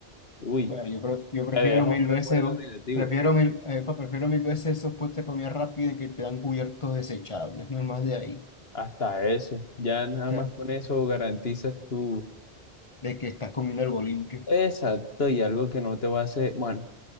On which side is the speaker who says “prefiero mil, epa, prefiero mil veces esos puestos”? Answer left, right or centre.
Left